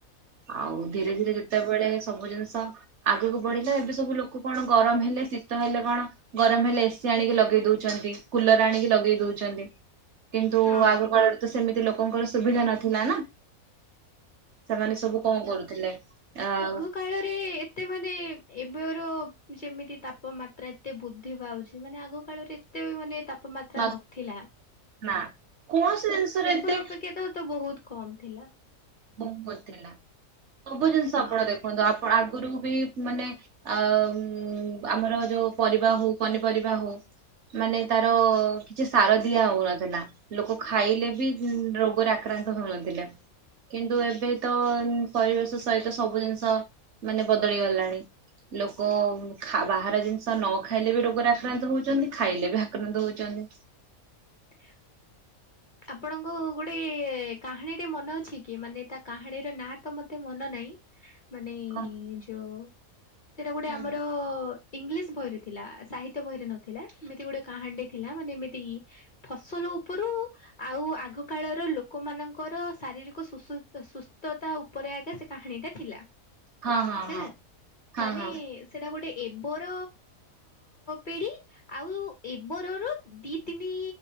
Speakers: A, on the right; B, on the left.
A: ଆଉ ଧୀରେ ଧୀରେ ଯେତେବେଳେ ସବୁ ଜିନିଷ ଆଗକୁ ବଢିଲେ ଏବେ ସବୁ ଲୋକ କଣ ଗରମ ହେଲେ ଶୀତ ହେଲେ କଣ? ଗରମ ହେଲେ ଏସିି ଆଣିକି ଲଗେଇ ଦଉଚନ୍ତି, କୁଲର୍ ଆଣିକି ଲଗେଇ ଦଉଚନ୍ତି। କିନ୍ତୁ
B: ହଁ।
A: ଆଗ କାଳରେ ତ ସେମିତି ଲୋକଙ୍କର ସୁବିଧା ନଥିଲା ନା। ସେମାନେ ସବୁ କଣ କରୁଥିଲେ? ଆଉ
B: କଳରେ ଏତେ ମାନେ ଏବେର ଯେମିତି ତାପମାତ୍ରା ଏତେ ବୁଦ୍ଧି ପାଉଛି ମାନେ ଆଗ କାଳରେ ତୁ ମାନେ ତାପ ପ ମାତ୍ରା
A: ନ
B: ନଥିଲା
A: ନା କୌଣସି ଜିନିଷରେ
B: ଏବେ
A: ଏତେ
B: ର ଅପେକ୍ଷା ତ ତ ବହୁତ କମ୍ ଥିଲା।
A: ବହୁତ୍ ଥିଲା ସବୁ ଜିନିଷ
B: ହଁ।
A: ଆପଣ ଦେଖନ୍ତୁ ଆଗରୁ ବି ମାନେ ଆଉ ଆମର ଯୋଉ ପରିବା ହଉ ପନିପରିବା ହଉ। ମାନେ ତାର କିଛି ସାର ଦିଆ ହଉନଥିଲା। ଲୋକ ଖାଇଲେ ବି ରୋଗରେ ଆକ୍ରାନ୍ତ ହଉନଥିଲେ। କିନ୍ତୁ ଏବେ ତ ପରିବେଶ ସହିତ ସବୁ ଜିନିଷ ମାନେ ବଦଳି ଗଲାଣି। ଲୋକ ଖା-ବାହାର ଜିନିଷ ନ ଖାଇଲେ ବି ରୋଗରେ ଆକ୍ରାନ୍ତ ହଉଛନ୍ତି ଖାଇଲେ ବି ଆକ୍ରାନ୍ତ ହଉଛନ୍ତି।
B: <inaudible> ଆପଣଙ୍କୁ ଗୋଟେ କାହାଣୀଟେ ମନେ ଅଛି କି ମାନେ ତା କାହାଣୀର ନାଁ ତ ମୋତେ ମନ ନାହିଁ। ମାନେ
A: କଣ
B: ଯୋଉ ସେଟା ଗୋଟେ
A: ହୁଁ
B: ଆମର ଇଂଲିଶ ବହିରେ ଥିଲା ସାହିତ୍ୟ ବହିରେ ନଥିଲା ଏମିତି ଗୋଟେ କାହାଣୀଟେ ଥିଲା। ମାନେ ଏମିତି ଫସଲ ଉପରୁ ଆଉ ଆଗକାଳର ଲୋକମାନଙ୍କର ଶାରୀରିକ ସୁ ସୁ ସୁସ୍ଥତା ଉ ଉପରେ ଆଗେ ସେ କାହାଣୀଟା ଥିଲା
A: ହଁ ହଁ
B: ହେଲା
A: ହଁ
B: ମାନେ
A: ହଁ
B: ସେଇଟା ଗୋଟେ ଏବର ପିଢ଼ି ଆଉ ଏବରର ଦି ତିନି